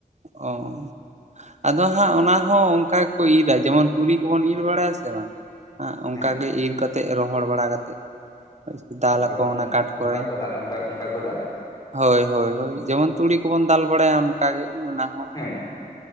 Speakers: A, on the right; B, on the left.
A: ᱚ ᱟᱫᱚ ᱦᱟᱸᱜ ᱚᱱᱟ ᱦᱚᱸ ᱚᱱᱠᱟ ᱜᱮᱠᱚ ᱤᱨᱟ ᱡᱮᱢᱚᱱ ᱛᱩᱲᱤ ᱠᱚᱵᱚᱱ ᱤᱨ ᱵᱟᱲᱟᱭᱟ ᱥᱮ ᱵᱟᱝ᱾ ᱦᱟᱸᱜ ᱚᱱᱠᱟᱜᱮ
B: ᱦᱮᱸ
A: ᱤᱨ ᱠᱟᱛᱮᱜ ᱨᱚᱦᱚᱲ ᱵᱟᱲᱟ ᱠᱟᱛᱮᱜ ᱫᱟᱞ
B: ᱚᱱᱠᱟ
A: ᱟᱠᱚ
B: ᱠᱚ
A: ᱚᱱᱟ ᱠᱟᱴ
B: ᱚᱱᱠᱟ
A: ᱠᱚᱨᱮ
B: ᱠᱚ ᱫᱟᱞᱟ ᱚᱱᱠᱟ ᱚᱱᱠᱟ ᱠᱚ ᱫᱟᱞᱟ
A: ᱦᱳᱭ ᱦᱳᱭ ᱦᱳᱭ ᱡᱮᱢᱚᱱ ᱛᱩᱲᱤ ᱠᱚᱵᱚᱱ ᱫᱟᱞ ᱵᱟᱲᱟᱭᱟ ᱚᱱᱠᱟᱜ ᱜᱮ ᱚᱱᱟ ᱦᱚᱸ
B: ᱦᱮᱸ